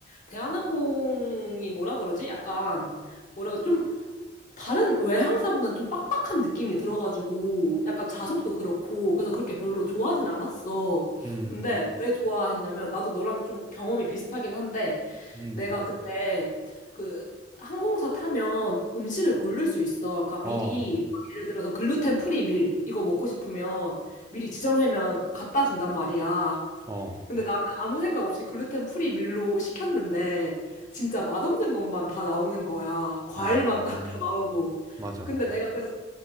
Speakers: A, on the left; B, on the right.
A: 대한항공이 뭐라 그러지? 약간 뭐라고 좀 다른 외항사보다는 좀 빡빡한 느낌이 들어가지고 약간 좌석도 그렇고 그래서 그렇게 별로 좋아하진 않았어.
B: 음,
A: 근데 왜 좋아했냐면 나도 너랑 좀 경험이 비슷하긴 한데
B: 음,
A: 내가 그때 그 항공사 타면 음식을 고를 수 있어. 그러니까
B: 어,
A: 미리 막 예를 들어서 글루텐 프리 밀 이거 먹고 싶으면 미리 지정하면 갖다 준단 말이야.
B: 어,
A: 근데 나는 아무 생각 없이 글루텐 프리 밀로 시켰는데 진짜 맛없는 것만 다 나오는 거야. 과일만
B: 아,
A: 딱 다 나오고.
B: 맞아.
A: 근데 내가 그래서